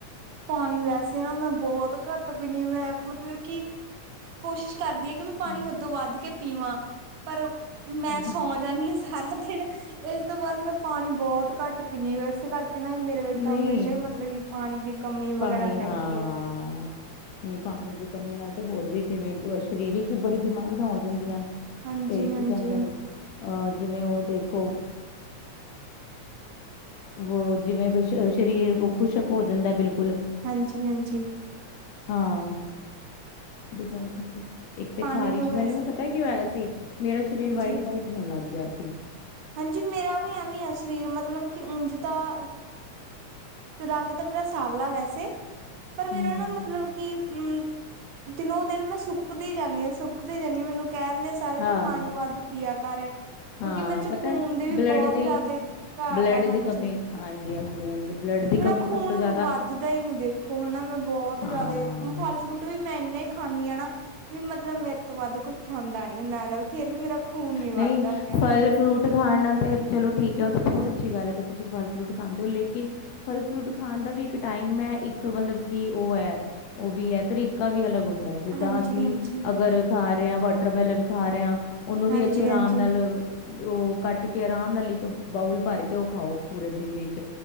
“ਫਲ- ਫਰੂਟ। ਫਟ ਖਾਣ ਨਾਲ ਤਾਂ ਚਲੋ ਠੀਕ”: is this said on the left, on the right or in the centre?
Left